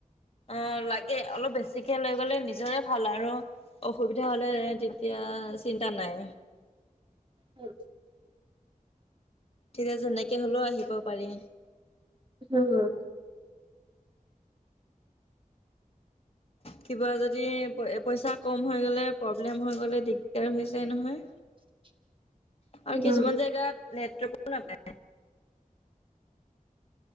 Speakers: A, on the left (about 45°); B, on the right (about 35°).
A: অ', লাগে। অলপ বেছিকৈ লৈ গ'লে নিজৰে ভাল আৰু। অসুবিধা হ'লে তেতিয়া চিন্তা নাই।
B: উ।
A: ঠিৰাজ এনেকৈ হ'লেও আহিব পাৰি।
B: উম'।
A: কিবা যদি পইচা কম হৈ গ'লে, প্ৰব্লেম হৈ গ'লে, দিগদাৰ হৈ যায় নহয়।
B: <inaudible>
A: আৰু
B: উম,
A: কিছুমান জেগাত নেটৱৰ্ক ও নাপায়।